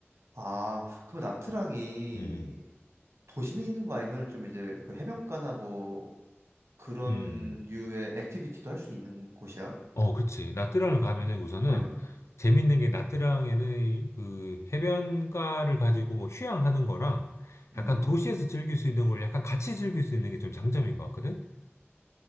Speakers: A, on the right; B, on the left.
A: 아, 그럼 나트랑이
B: 음, 음,
A: 도심에 있는 거 아니면 좀 이제 그 해변가나 뭐 그런
B: 음, 음.
A: 류의 액티비티도 할 수 있는 곳이야?
B: 어, 그렇지. 나트랑을 가면은 우선은
A: 응,
B: 재밌는 게 나트랑에는 그 해변가를 가지고 뭐 휴양하는 거랑
A: 음.
B: 약간 도시에서 즐길 수 있는 걸 약간 같이 즐길 수 있는 게 좀 장점인 것 같거든.